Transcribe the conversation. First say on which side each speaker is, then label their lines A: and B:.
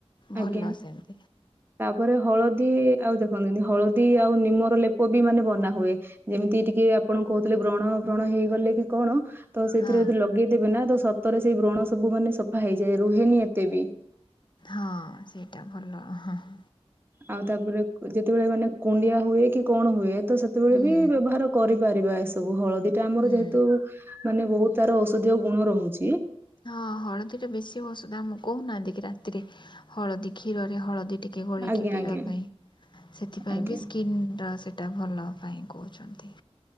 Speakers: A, on the right; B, on the left.
A: ଆଜ୍ଞା।
B: ଭଲ ସେମିତି
A: ତାପରେ ହଳଦୀ ଆଉ ଦେଖୁ ହଳଦୀ ଆଉ ନିମର ଲେପ ବି ମାନେ ବନା ହୁଏ ଯେମିତି ଟିକେ ଆପଣ କହୁଥିଲେ ବ୍ରଣ କଣ ହେଇଗଲେ କି କଣ ତ ସେଇଥିରେ
B: ହଁ
A: ଯଦି ଲଗେଇଦେବେ ନା ତ ସତରେ ସେଇ ବ୍ରଣ ସବୁ ମାନେ ସଫା ହେଇଯାଏ ରୁହେନି ଏତେ ବି
B: ହଁ ସେଇଟା ଭଲ ହଁ ହଁ।
A: ଆଉ ତାପରେ କୁ ଯେତେବେଳେ ମାନେ କୁଣ୍ଡିଆ ହୁଏ କି କଣ ହୁଏ ତ ସେତେବେଳେ
B: ହୁଁ।
A: ବି ବ୍ୟବହାର କରି ପାରିବା ଏସବୁ ହଳଦୀ ଟା ଆମର
B: ହୁଁ
A: ଯେହେତୁ ମାନେ ବହୁତ ତାର ଔଷଧୀୟ ଗୁଣ ରହୁଛି।
B: ହଁ ହଳଦୀ ଟା ବେଶୀ ଔଷଧ ଆମ କହୁନାହାନ୍ତି କିି ରାତିରେ ହଳଦୀ କ୍ଷୀରରେ ହଳଦୀ ଟି ଗୋଲକ
A: ଆଜ୍ଞା
B: ପିଇବା
A: ଆଜ୍ଞା
B: ପାଇଁ ସେଥିପାଇଁ
A: ଆଜ୍ଞା
B: ବି ସ୍କିନ୍ ଟା ସେଟା ଭଲ ପାଇଁ କହୁଛନ୍ତି